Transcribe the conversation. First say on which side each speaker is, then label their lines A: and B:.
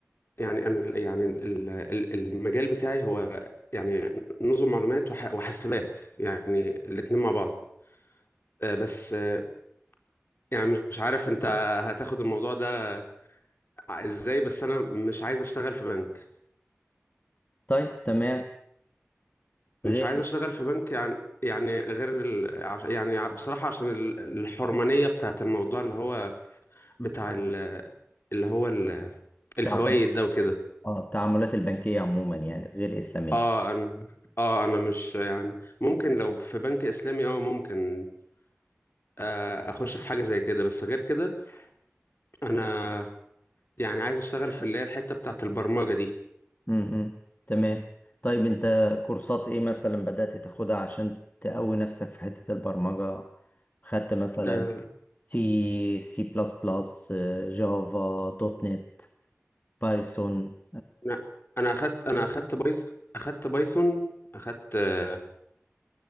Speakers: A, on the left (about 55°); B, on the left (about 40°).
A: يعني انا يعني ال- ال- المجال بتاعي هو يعني نظم معلومات وح- وحاسبات يعني الاتنين مع بعض آه، بس آه، يعني مش عارف انت هتاخد الموضوع ده ع- ازاي بس انا مش عايز اشتغل في بنك
B: طيب تمام
A: مش
B: غير
A: عايز اشتغل في بنك يعني يعني غير ال... عش- يعني ع- بصراحة عشان ال- الحرمانية بتاعت الموضوع اللي هو بتاع ال... اللي هو ال-
B: التعامل-
A: الفوائد ده وكده
B: آه، التعاملات البنكية عموما يعني غير إسلامية
A: اه انا اه انا مش يعني ممكن لو في بنك اسلامي اه ممكن آه، اخش في حاجه زي كده بس غير كده انا يعني عايز اشتغل في اللي هي الحته بتاعه البرمجه دي
B: امم تمام طيب انت كورسات ايه مثلا بدأت تاخدها عشان تقوي نفسك في حتة البرمجة خدت مثلا
A: آه،
B: سي سي بلس بلس جافا دوت نت بايثون
A: انا انا اخدت انا اخدت بايث اخدت بايثون اخدت آه،